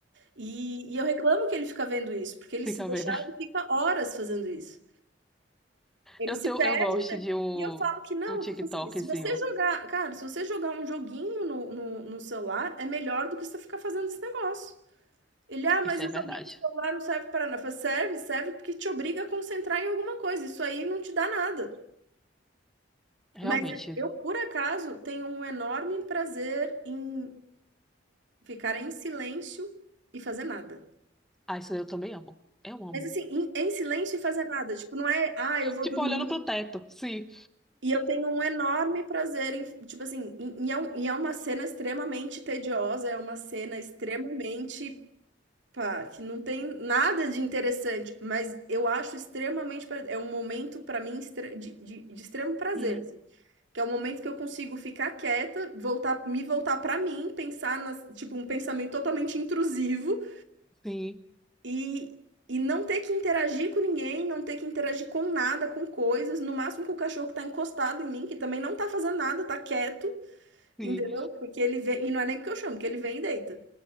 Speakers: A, on the right (about 65°); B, in the centre.
A: E e eu reclamo que ele fica vendo isso, porque ele
B: fica
A: se deixar,
B: vendo.
A: ele fica horas fazendo isso. Ele
B: Eu
A: se
B: tenho,
A: perdem
B: eu gosto
A: também
B: de o,
A: e eu falo que não,
B: o TikTokzinho.
A: tipo assim, se você jogar, cara, se você jogar um joguinho no, no, no celular, é melhor do que você ficar fazendo esse negócio. Ele, ah, mas
B: Isso
A: o
B: é verdade.
A: joguinho do celular não serve para nada. Eu falo, serve, serve porque te obriga a concentrar em alguma coisa. Isso aí não te dá nada.
B: Realmente.
A: Mas eu, por acaso, tenho um enorme prazer em ficar
B: Uhum.
A: em silêncio e fazer nada.
B: Ah, isso eu também amo. Eu amo.
A: Mas assim, em, em silêncio e fazer nada. Tipo, não é, ah, eu vou
B: Tipo,
A: dormir,
B: olhando pro teto, sim.
A: E eu tenho um enorme prazer em tipo assim, e e é um e é uma cena extremamente tediosa, é uma cena extremamente, pá, que não tem nada de interessante, mas eu acho extremamente pra é um momento pra mim extre de de de extremo prazer,
B: Uhum,
A: assim, que é o momento que eu consigo ficar quieta, voltar me voltar pra mim, pensar nas tipo, um pensamento totalmente intrusivo,
B: sim.
A: e e não ter que interagir com ninguém, não ter que interagir com nada, com coisas, no máximo com o cachorro que tá encostado em mim, que também não tá fazendo nada, tá quieto,
B: Sim.
A: entendeu? Porque ele vem, e não é nem porque eu chamo, porque ele vem e deita.